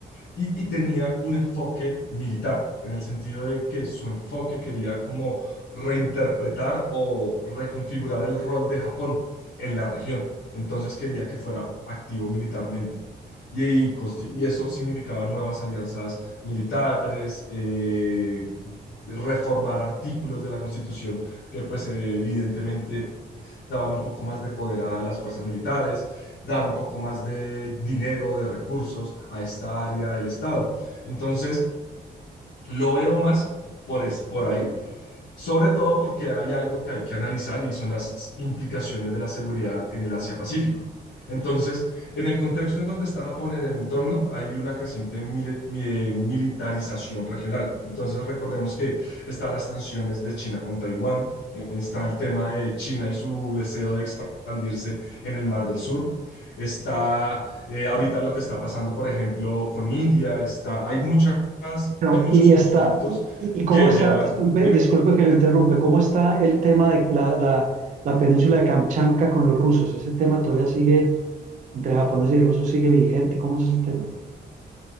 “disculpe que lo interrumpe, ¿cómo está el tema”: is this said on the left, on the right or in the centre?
Right